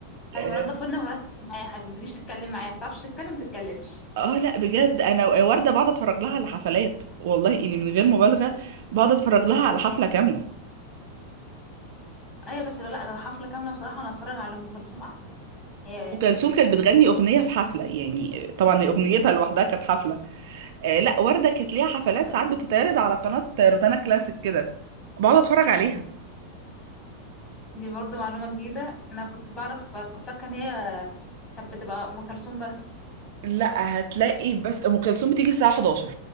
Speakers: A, on the right; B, on the left.
A: اه
B: ايوه نضف ودنك وتعالى اتكلم معايا يا حبيبي ما تجيش تتكلم معايا ما بتعرفش تتكلم ما تتكلمش
A: آه، لا بجد انا ورده بقعد اتفرج لها على حفلات والله اني من غير مبالغه بقعد اتفرج لها على حفله كامله
B: ايوه بس لا لو حفله كامله بصراحه انا اتفرج على ام كلثوم احسن يعني هي
A: ام كلثوم كانت بتغني اغنيه في حفله يعني طبعا هي اغنيتها لوحدها كانت حفله آه لا وردة كانت ليها حفلات
B: ايوه
A: ساعات بتتعرض على قناة روتانا كلاسيك كده بقعد اتفرج عليها
B: دي برضو معلومه جديده انا كنت بعرف كنت فاكره ان هي كانت بتبقى ام كلثوم بس
A: لا هتلاقي بس ام كلثوم بتيجي الساعه 11